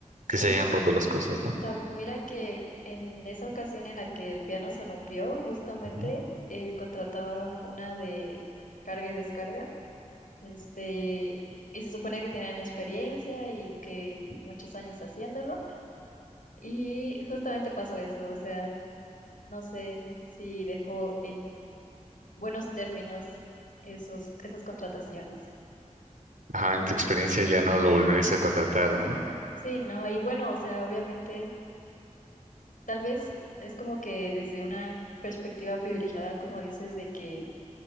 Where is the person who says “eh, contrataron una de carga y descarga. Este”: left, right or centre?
Left